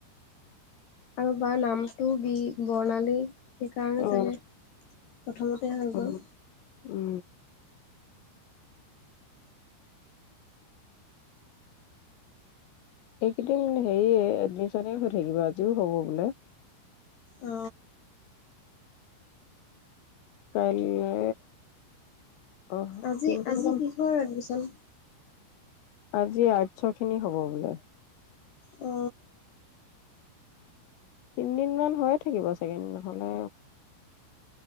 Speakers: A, on the left; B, on the left.
A: কাৰো বা নাম টো বী বৰ্ণালী। সেইকাৰণ
B: অ
A: চাগে। প্ৰথমতে হৈ
B: অ
A: গ'ল।
B: ঔ। এইকেইদিন হেৰি এডমিশনে ইয় থাকিব আজিও হব বুলে।
A: অ।
B: কাইলে। অ
A: আজি
B: তিনদিন
A: আজি
B: মান
A: কিহৰ এডমিচন।
B: আজি আৰ্টৰ খিনি হব বোলে।
A: অ।
B: তিনি দিন মান হয়ে ঠাকিব চাগে নহলে